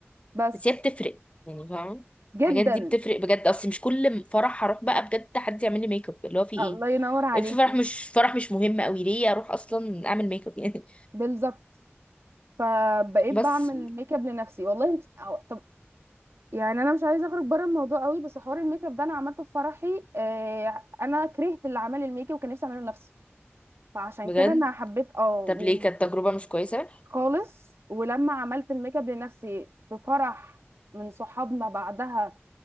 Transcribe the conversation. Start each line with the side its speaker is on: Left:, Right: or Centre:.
Right: بس
Left: بس هي بتفرق يعني فاهم
Right: جدا
Left: الحاجات دي بتفرق بجد اصل مش كل فرح هروح بقى بجد حد يعمل لي ميك اب اللي هو في ايه
Right: الله ينور عليكي
Left: إيه في فرح مش فرح مش مهم قوي ليه اروح اصلا اعمل ميك اب يعني
Right: بالظبط فبقيت
Left: <laughs>
Right: بعمل
Left: بس
Right: ميك اب لنفسي والله انت أو... طب يعني انا مش عايزه اخرج بره الموضوع قوي بس حوار الميك اب ده انا عملته في فرحي آه انا كرهت اللي عمل الميك اب وكان نفسي اعمله لنفسي فعشان
Left: بجد
Right: كده انا حبيت اه و-
Left: طب ليه كانت تجربة مش كويسة
Right: خالص ولما عملت الميك اب لنفسي في فرح من صحابنا بعدها